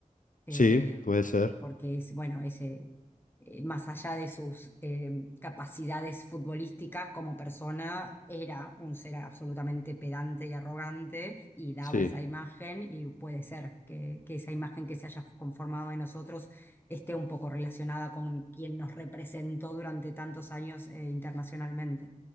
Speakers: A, on the left (about 15°); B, on the left (about 70°).
A: eh,
B: Sí, puede ser.
A: por- porque es, bueno, ese, más allá de sus eh, capacidades futbolísticas como persona, era un ser absolutamente pedante y arrogante y daba
B: Sí.
A: esa imagen y puede ser que, que esa imagen que se haya conformado de nosotros esté un poco relacionada con quien nos representó durante tantos años eh, internacionalmente.